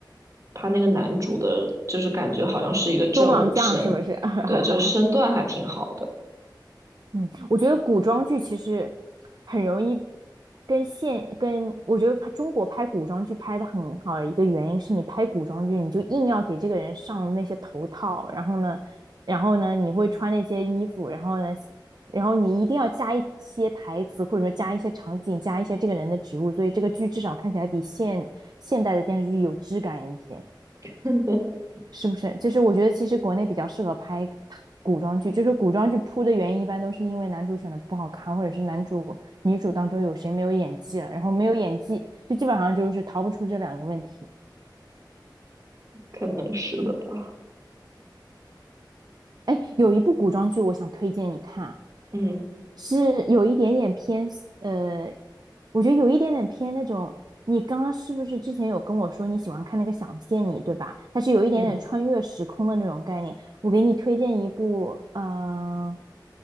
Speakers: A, on the right; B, on the right.
A: 他那个男主的，就是感觉好像是一个正武生，
B: 《中郎将》是不是？<laughs>
A: 对，就是身段还挺好的，
B: 嗯，我觉得古装剧其实很容易跟现跟，我觉得拍中国拍古装剧拍的很好的一个原因是你拍古装剧，你就硬要给这个人上那些头套，然后呢，然后呢，你会穿那些衣服，然后呢，然后你一定要加一些台词，或者说加一些场景，加一些这个人的植物，所以这个剧至少看起来比现现代的电视剧有质感一些。
A: <laughs>
B: 是不是？就是我觉得其实国内比较适合拍古装剧，就是古装剧扑的原因一般都是因为男主选的不好看，或者是男主女主当中有谁没有演技了，然后没有演技就基本上就是逃不出这两个问题。
A: 可能是的吧，
B: 哎，有一部古装剧我想推荐你看，
A: 嗯
B: 是有一点点偏，呃，我觉得有一点点偏那种。你刚刚是不是之前有跟我说你喜欢看那个《想见你》，对吧？它是有一点点穿越时空的那种概念。
A: 嗯。
B: 我给你推荐一部，呃，